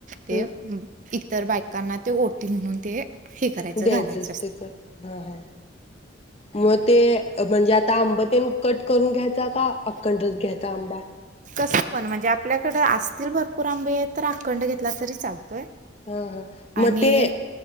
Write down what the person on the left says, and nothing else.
ह
द्यायचंच
तेच हा हा म ते म्हणजे आता आंब ते कट करून घ्यायचा का अक्कंड रस घ्यायचा आंबा
हा हा
मग ते